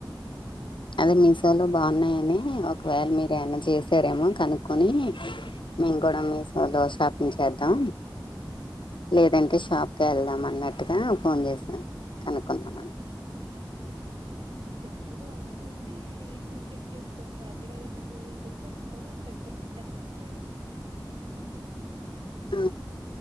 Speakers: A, on the left; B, on the right.
A: అదే మీసోలో బాగున్నాయని ఒకవేళ మీరు ఏమన్నా చేసారేమో కనుక్కొని మేము కూడా మీసోలో షాపింగ్ చేద్దాం లేదంటే షాప్కి వెళ్దాం అన్నట్టుగా ఫోన్ చేసాం కనుక్కుందామని
B: మీకు నచ్చింది ఆర్డర్ చేసి చూసి చెక్ చేసుకోడి ఫ్యాబ్రిక్ అ నచ్చింది లేకుంటే ఉంచుకొనికపోతే రిటర్న్ చేసేయడమే
A: ఉ